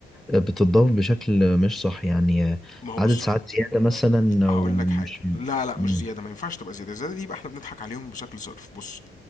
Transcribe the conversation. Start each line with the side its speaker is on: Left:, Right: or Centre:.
Centre: بتضاف بشكل مش صح يعني
Left: ما هو بص
Centre: عدد ساعات زياده مثلا
Left: هقول
Centre: او
Left: لك
Centre: مش
Left: حاجه لا لا مش
Centre: امم
Left: زياده ما ينفعش تبقى زياده الزياده دي يبقى احنا بنضحك عليهم بشكل صرف بص